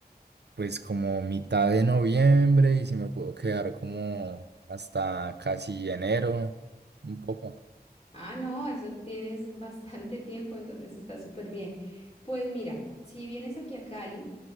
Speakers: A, on the right (about 85°); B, on the left (about 40°).
A: Pues como mitad de noviembre y si me puedo quedar como hasta casi enero, un poco.
B: Ah, no, eso tienes bastante <laughs> tiempo, entonces está súper bien. Pues mira, si vienes aquí a Cali,